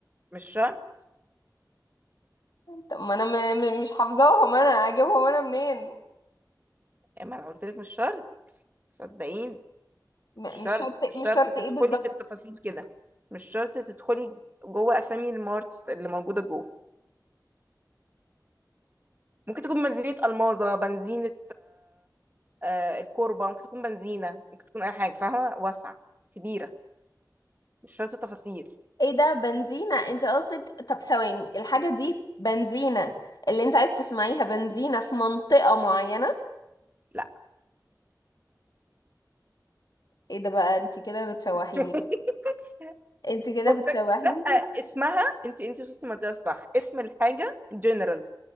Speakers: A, on the right; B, on the left.
A: مش شرط
B: طب ما انا م م مش حافظاهم انا اجيبهم انا منين
A: يعني ما انا قلت لك مش شرط صدقيني
B: م
A: مش شرط
B: مش شرط
A: مش
B: مش
A: شرط
B: شرط
A: تدخلي
B: ايه بالظبط
A: في التفاصيل كده مش شرط تدخلي جوه اسامي المارتس اللي موجودة جوه ممكن تكون بنزينة الماظة بنزينة آه الكوربة ممكن تكون بنزينة ممكن تكون اي حاجة فاهمة واسعة كبيرة مش شرط تفاصيل
B: ايه ده بنزينة انت قصدك طب ثواني الحاجة دي بنزينة اللي انت عايز تسمعيها بنزينة في منطقة معينة
A: لا
B: ايه ده بقى انت كده بتسوحيني
A: <laughs>
B: انت كده
A: فكر
B: بتسوحيني
A: لا اسمها انت انت وصلتي المنطقه الصح اسم الحاجه جنرال